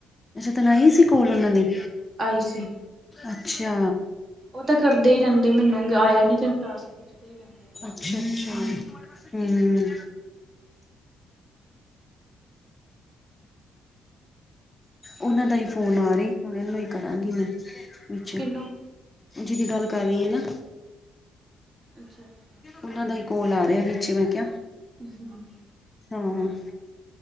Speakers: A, on the left; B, on the right.
A: ਅੱਛਾ ਜਿੱਦਣ ਆਈ ਸੀ ਕੋਲ ਉਹਨਾਂ ਦੀ,
B: ਆਈ ਸੀ
A: ਅੱਛਾ।
B: ਉਹ ਤਾਂ ਕਰਦੇ ਹੀ ਰਹਿੰਦੇ ਮੈਨੂੰ ਆਇਆ ਨੀ ਤੈਨੂੰ ਟਾਸਕ ਪਾਸ ਪੁੱਛਦੇ ਹੀ ਰਹਿੰਦੇ ਆ।
A: ਅੱਛਾ-ਅੱਛਾ ਹੂੰ। ਉਹਨਾਂ ਦਾ ਹੀ ਫੋਨ ਆ ਰਹੀ ਉਹ ਨੂੰ ਹੀ ਕਰਾਂਗੀ ਮੈਂ, ਵਿੱਚ।
B: ਕਿਹਨੂੰ
A: ਜਿਹਦੀ ਗੱਲ ਕਰ ਰਹੀ ਆ ਨਾ।
B: ਅੱਛਾ। ਅੱਛਾ
A: ਉਹਨਾਂ ਦਾ ਹੀ ਕੋਲ ਆ ਰਿਹਾ ਵਿੱਚ ਮੈਂ ਕਿਹਾ।
B: ਹੂੰ
A: ਹਾਂ।